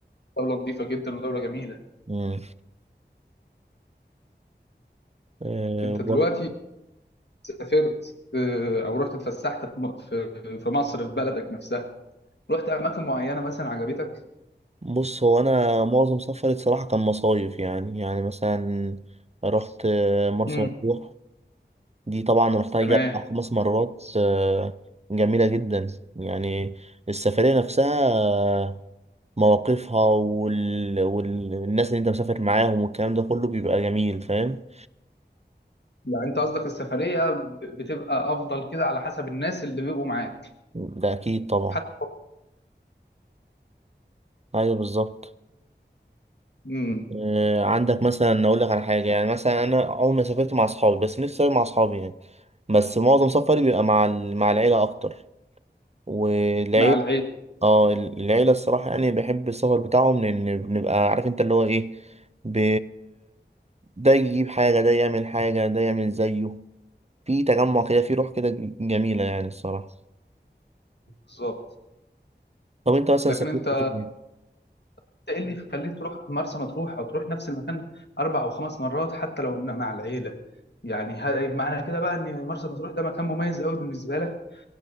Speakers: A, on the left (about 70°); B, on the right (about 35°).
A: دوله نظيفه جدا ودوله جميله
B: مم. آه،
A: انت دلوقتي
B: بر-
A: سافرت آه، او رحت اتفسحت في م- في في مصر في بلدك نفسها رحت اماكن معينه مثلا عجبتك
B: بص هو أنا معظم سفري الصراحة كان مصايف يعني يعني مثلا رحت آه، مرسى
A: مم.
B: مطروح دي طبعا رحتها يجي
A: تمام
B: أربع خمس مرات آه، جميلة جدا يعني السفرية نفسها آه، مواقفها وال... والناس اللي انت مسافر معاهم والكلام ده كله بيبقى جميل فاهم
A: يعني انت قصدك السفريه ب- بتبقى افضل كده على حسب الناس اللي بيبقوا معاك
B: ده أكيد طبعا
A: حتى
B: أيوه بالظبط
A: مم.
B: آه، عندك مثلا أقول لك على حاجة يعني مثلا أنا أول ما سافرت مع أصحابي بس نفسي أسافر مع أصحابي يعني بس معظم سفري بيبقى مع ال... مع العيلة أكتر والعيلة
A: مع العيله
B: اه العيلة الصراحة يعني بحب السفر بتاعهم لأن بنبقى عارف انت اللي هو ايه ب... ده يجيب حاجة ده يعمل حاجة ده يعمل زيه في تجمع كده في روح كده جميلة يعني الصراحة
A: بالظبط
B: طب انت مثلا
A: لكن
B: سافرت
A: انت
B: فين؟
A: انت ايه اللي يخليك تروح مرسى مطروح او تروح نفس المكان اربع او خمس مرات حتى لو مع مع العيله يعني هل معنى كده بقى ان مرسى مطروح ده مكان مميز قوي بالنسبه لك